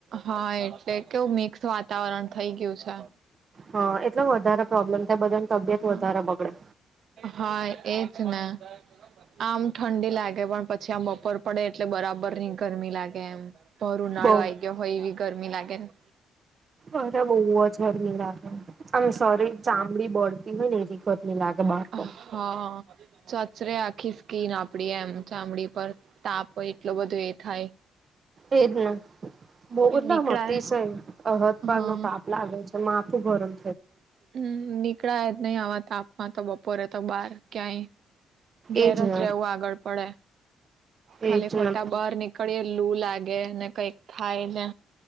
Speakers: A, on the right; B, on the right.
A: હા એટલે કેવું મિક્સ વાતાવરણ થઇ ગયું છે.
B: હ એટલો વધારે પ્રોબ્લેમ થાય બધાને તબિયત
A: હા
B: વધારે બગડે
A: હા એજ ને આમ ઠંડી લાગે પણ પછી આમ બપોર પડે એટલે બરાબર નહ ગરમી લાગે એમ બ ઉનાળો
B: બઉ
A: આવી ગયો હોય એવી ગરમી લાગે લગે
B: અરે બહુ જ ગરમી લાગેમ ઘ ચામડી બળે એમરી ટલી લાગ બાર
A: હા
B: તો
A: ચચરે આખી સ્કીન આપડી એમ ચામડી પર તાપ હો એટલો બધો એ થાય
B: એજ ન બહુ લામ
A: નીકળાય
B: અતિશય અર હદ પાર
A: હા
B: નો તાપ લાગે છે. માથુ ગરમ‌
A: હમ નીકળા જ નહી આવાજ તાપમાં તો બપોરે તો બાર ક્યાંય ઘેર
B: એજ ને
A: જ રહેવું આગળ પડે ખાલી
B: એજ
A: ખોટા
B: ને
A: બહાર નીકળ્યે લું લાગે ને કઈક થાય ને